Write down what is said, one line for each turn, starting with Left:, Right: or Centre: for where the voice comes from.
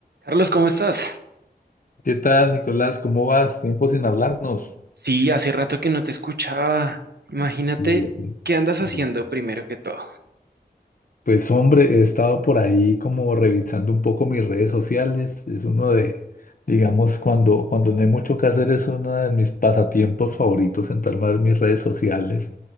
Right: Carlos, ¿cómo estás?
Left: ¿Qué tal, Nicolás? ¿Cómo vas? Tiempo sin hablarnos.
Right: Sí, hace rato que no te escuchaba. Imagínate,
Left: Sí, de acuerdo.
Right: ¿qué andas haciendo
Left: Eh,
Right: primero que todo?
Left: Pues hombre, he estado por ahí como revisando un poco mis redes sociales. Es uno de, digamos, cuando, cuando no hay mucho que hacer, es uno de mis pasatiempos favoritos, sentarme a ver mis redes sociales